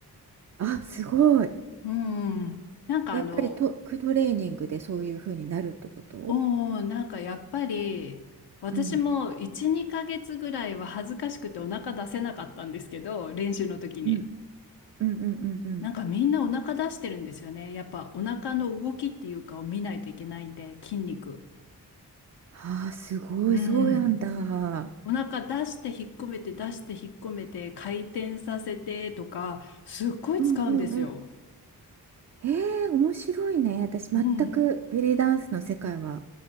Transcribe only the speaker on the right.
あ、すごい。
やっぱりト、クトレーニングでそういう風になるってこと
うん。
うん。うんうんうんうん。
ああ、すごい、
そうやんだ。
うんうんうん。ええ、面白いね。私、全くベリーダンスの世界は